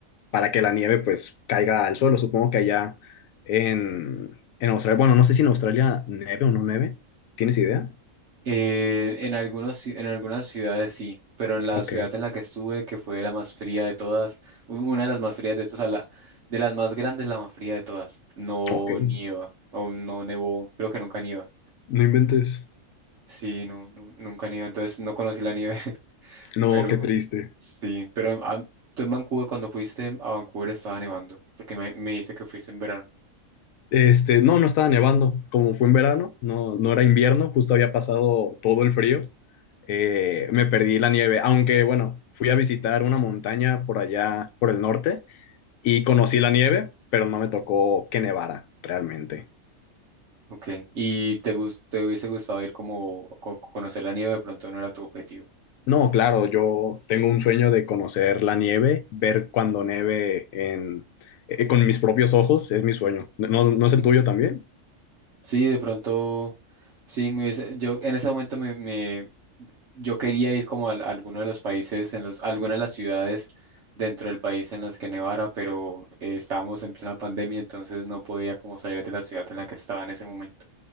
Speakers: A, on the left; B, on the right.
A: para que la nieve pues caiga al suelo. Supongo que allá en, en Australia, bueno, no sé si en Australia nieve o no nieve. ¿Tienes idea?
B: Eh, en algunos, ci- en algunas ciudades sí, pero en la
A: Ok,
B: ciudad en la que estuve, que fue la más fría de todas, u- una de las más frías de todas, o sea, la, de las más grandes, la más fría de todas, no
A: ok.
B: nieva, o no nevó, creo que nunca nieva.
A: No inventes.
B: Sí, no, nu- nunca nieva, entonces no conocí la nieve. <laughs>
A: No,
B: Pero
A: qué triste.
B: sí, pero ah, tú en Vancouver, cuando fuiste a Vancouver estaba nevando, porque me, me dice que fuiste en verano.
A: Este, no, no estaba nevando. Como fue en verano, no, no era invierno, justo había pasado todo el frío. eh, me perdí la nieve, aunque bueno, fui a visitar una montaña por allá, por el norte, y conocí la nieve, pero no me tocó que nevara realmente.
B: Ok, ¿y te, gus- te hubiese gustado ir como co- conocer la nieve? De pronto no era tu objetivo.
A: No, claro, yo tengo un sueño de conocer la nieve, ver cuando neve en, eh, con mis propios ojos, es mi sueño. ¿No, no es el tuyo también?
B: Sí, de pronto, sí, me hubiese- yo en ese momento me, me- yo quería ir como a, algunos alguno de los países, en los, algunas de las ciudades dentro del país en las que nevara, pero eh, estábamos en plena pandemia, entonces no podía como salir de la ciudad en la que estaba en ese momento.